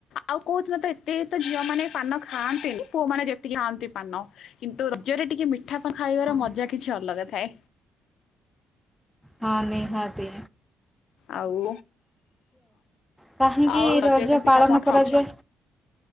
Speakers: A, on the left; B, in the centre.
A: ଆଉ କହୁଥିଲ ତ ଏତେ ତ ଝିଅ ମାନ ପାନ ଖାଆନ୍ତିନି ପୁଅ ମାନେ ଯେତିକି ଖାଆନ୍ତି ପାନ କିନ୍ତୁ ରୁଜରେ ଟିକେ ମିଠା। ପିଠାପା
B: ହଁ
A: ଖାଇବାର ମଜା କିଛି ଅଲଗା ଥାଏ।
B: ହଁ ନେହା ଏମିତି
A: ଆଉ
B: କାହିଁକି
A: ଆଉ
B: ରଜ
A: ପିଠା
B: ପାଳନ
A: ପଣା
B: କରାଯାଏ
A: ଖାଉଛେ।